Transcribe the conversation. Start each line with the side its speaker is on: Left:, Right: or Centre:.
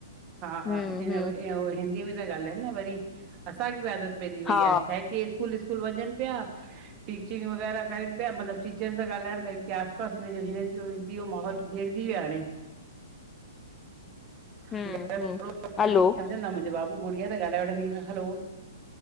Right: हा
Left: हम्म
Right: इ
Left: हम्म
Right: ओ हिंदी में ॻाल्हाइन न वरी, असांखे बि आदत पइजी वई
Left: हा
Right: आ छा आहे की स्कूल व्कूल वञन पिया टीचिंग वग़ैरह करन पया मतलब टीचर सां ॻाल्हण भई आस-पास हिन्नजो हिंदी जो माहौल। गिरजी विया हाणे
Left: हम्म
Right: सम्झंदा
Left: हम्म हलो
Right: मुंहिंजे बाबू गुड़िया त ॻाल्हाए वठंदी, हलो